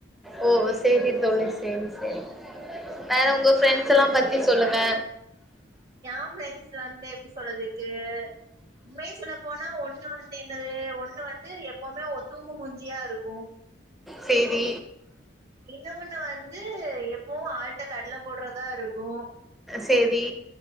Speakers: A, in the centre; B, on the right.
A: ஓ சேரி தோழி சேரி சேரி வேற உங்க ஃப்ரெண்ட்ஸ் எல்லா பத்தி சொல்லுங்க
B: என் பிரரெண்ட்ஸ் வந்து எப்படி சொல்றதுக்கு உண்மய சொல்ல போனா ஒண்ணு வந்து என்னது ஒண்ணு வந்து எப்பவுமே தூங்கு மூஞ்சியா இருக்கு
A: செய்தி
B: இன்ன ஒன்னு வந்து எப்பவும் ஆ்ல்ட்ட கடலை போடுறதா இருக்கு
A: தேதி